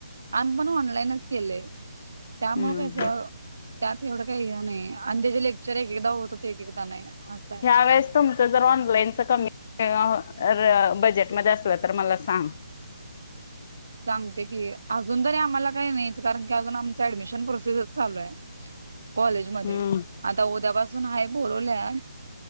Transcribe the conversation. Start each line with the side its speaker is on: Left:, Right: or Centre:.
Right: आम्ही पण ऑनलाईनच केलेय त्यामुळं
Left: हम्म
Right: कसं त्यात एवढं काही ह्यो नाही आणि त्या जे लेक्चर एकदा होतं होते एकदा नाही असं आहे.
Left: त्यावेळेस तुमचं जर ऑनलाइनचं कमी <unintelligible> र बजेटमध्ये असलं तर मला सांग.
Right: सांगते की अजून तरी आम्हाला काही नाहीच कारण की अजून आमचं ऍडमिशन प्रोसेसच चालू आहे. कॉलेज मध्ये
Left: हम्म
Right: आता उद्यापासून हाय बोलवल्या.